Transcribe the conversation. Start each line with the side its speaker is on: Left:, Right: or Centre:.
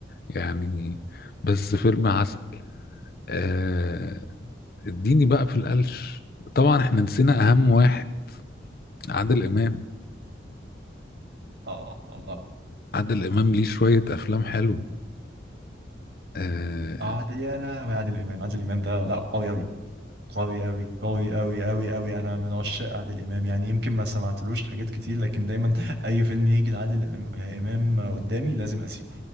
Left: يعني بس فيلم عسل آه، اديني بقى في القلش طبعا احنا نسينا اهم واحد عادل امام
Right: اه الله
Left: عادل امام ليه شوية افلام حلوة آه،
Right: عادل يا لهوي عادل إمام عادل إمام ده لا قوي أوي قوي أوي قوي أوي أوي أوي أنا من عشاق عادل إمام يعني يمكن ما سمعتلوش حاجات كتير لكن دايما أي فيلم يجي لعادل إم- إمام قدامي لازم أسيبه